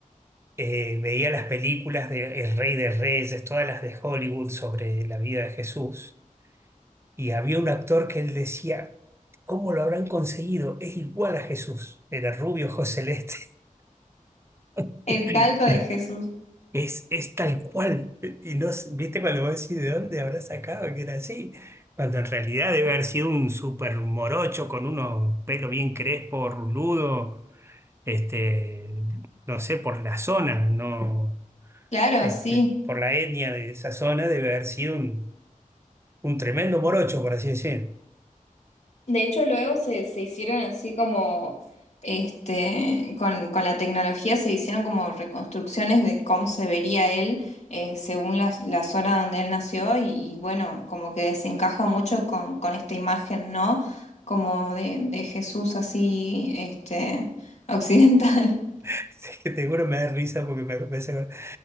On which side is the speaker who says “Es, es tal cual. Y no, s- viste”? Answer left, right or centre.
Right